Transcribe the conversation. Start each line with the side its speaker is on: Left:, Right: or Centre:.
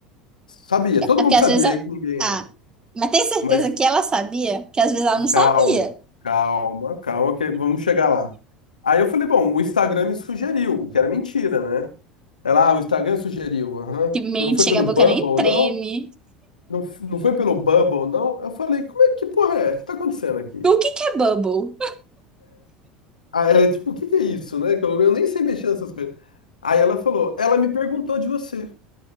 Left: Sabia, todo
Right: É porque
Left: mundo
Right: às
Left: sabia
Right: vezes. eu-
Left: aí que ninguém
Right: Ah,
Left: era.
Right: mas tem certeza
Left: Mas
Right: que ela sabia? Que às vezes ela não sabia.
Left: calma, calma, calma, que vamos chegar lá. Aí eu falei, bom, o Instagram me sugeriu, o que era mentira, né? Ela, ah, o Instagram sugeriu, aham.
Right: Que mente,
Left: Não foi
Right: chega
Left: pelo
Right: a
Left: Bubble,
Right: boca nem treme.
Left: não? Não, f- não foi pelo Bubble, não? Eu falei, como é que porra é? O que tá acontecendo aqui?
Right: O que que é bubble?
Left: Ah, É tipo, o que que é isso, né? Que Eu, eu nem sei mexer nessas coisas. Aí ela falou, ela me perguntou de você.